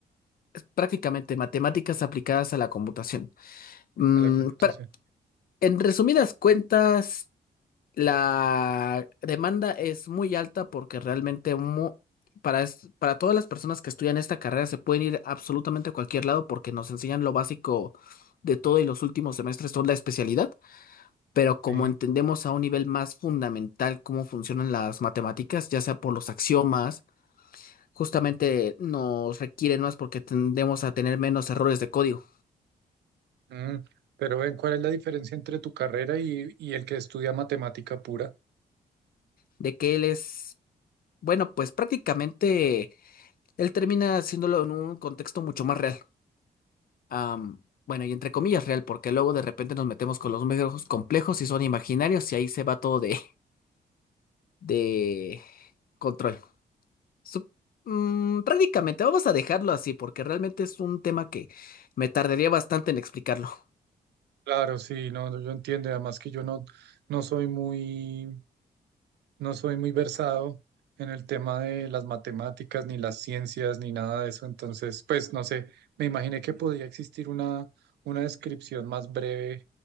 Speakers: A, on the left; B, on the right.
A: Es prácticamente matemáticas aplicadas a la computación. Mm,
B: a la computación.
A: pra- en resumidas cuentas, la demanda es muy alta porque realmente mu- para, es- para todas las personas que estudian esta carrera se pueden ir absolutamente a cualquier lado porque nos enseñan lo básico de todo y los últimos semestres son la especialidad. pero como
B: Sí.
A: entendemos a un nivel más fundamental cómo funcionan las matemáticas, ya sea por los axiomas, justamente nos requieren más porque tendemos a tener menos errores de código.
B: Mm, Pero ven, ¿cuál es la diferencia entre tu carrera y, y el que estudia matemática pura?
A: De que él es, bueno, pues prácticamente él termina haciéndolo en un contexto mucho más real. Am, bueno, y entre comillas real, porque luego de repente nos metemos con los medios complejos y son imaginarios y ahí se va todo de, de control. Sup- mm, prácticamente, vamos a dejarlo así porque realmente es un tema que me tardaría bastante en explicarlo. <laughs>
B: Claro, sí, no, no, yo entiendo, y además que yo no, no soy muy, no soy muy versado en el tema de las matemáticas, ni las ciencias, ni nada de eso, entonces, pues, no sé, me imaginé que podía existir una, una descripción más breve,